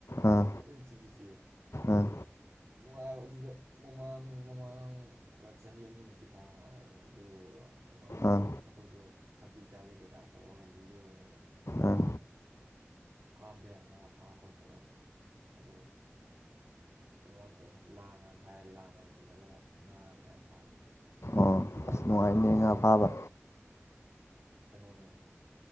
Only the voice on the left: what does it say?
ꯑꯥ
ꯑꯥ
ꯑꯥ
ꯑꯥ
ꯑꯣ
ꯑꯁ ꯅꯨꯡꯉꯥꯏꯅꯦ
ꯉꯥ
ꯐꯥꯕ